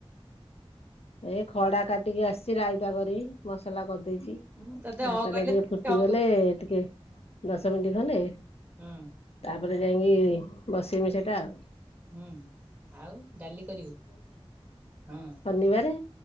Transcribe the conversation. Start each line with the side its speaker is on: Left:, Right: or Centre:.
Left: ଏ ଖଡା କାଟିକି ଆସି ରାଇତା କରି ମସଲା କରିଦେଇଛି
Right: ମୁଁ ତତେ
Left: ଭାତ
Right: ଅ କହିଲେ
Left: ଟା ଟିକେ
Right: ଅ
Left: ଫୁଟିଗଲେ
Right: କହୁଛୁ।
Left: ଟିକେ ଦଶ ମିନିଟ୍ ଖଣ୍ଡେ
Right: ହଁ
Left: ତାପରେ ଯାଇକି ବସେଇମି ସେଟା ଆଉ।
Right: ହୁଁ ଆଉ ଡାଲି କରିବୁ ହଁ।
Left: ନିବାରେ